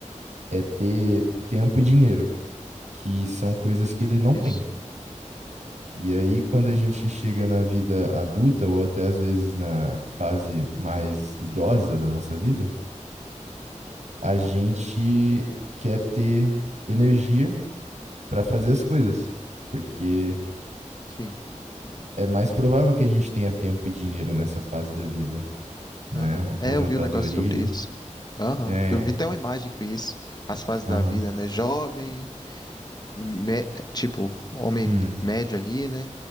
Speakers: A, on the right; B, on the left.
A: é ter tempo e dinheiro, que são coisas que ele não tem.
B: Isso.
A: E aí, quando a gente chega na vida adulta, ou até às vezes na fase mais idosa da nossa vida, a gente quer ter energia para fazer as coisas, porque
B: Sim.
A: é mais provável que a gente tenha tempo e dinheiro nessa fase da vida, né?
B: Aham.
A: Aposentadoria.
B: É, eu vi um negócio sobre isso. Aham.
A: É,
B: Eu vi até uma imagem com isso. As fases
A: aham.
B: da vida, né? Jovem, me- tipo, homem
A: Hum,
B: médio ali, né?